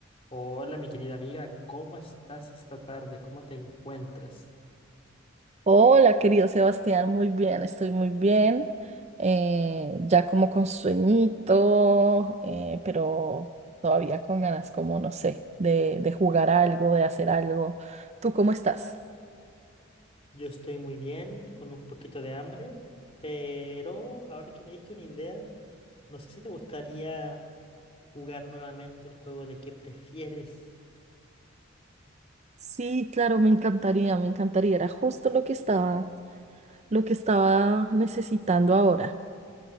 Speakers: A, on the left (about 30°); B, on the right (about 35°).
A: Hola, mi querida amiga, ¿cómo estás esta tarde? ¿Cómo te encuentras?
B: Hola, querido Sebastián, muy bien, estoy muy bien. eh, ya como con sueñito, eh, pero todavía con ganas, como no sé, de, de jugar algo, de hacer algo. ¿Tú cómo estás?
A: Yo estoy muy bien, con un poquito de hambre, pero ahora que me diste una idea, no sé si te gustaría jugar nuevamente el juego de qué prefieres.
B: Sí, claro, me encantaría, me encantaría. Era justo lo que estaba, lo que estaba necesitando ahora.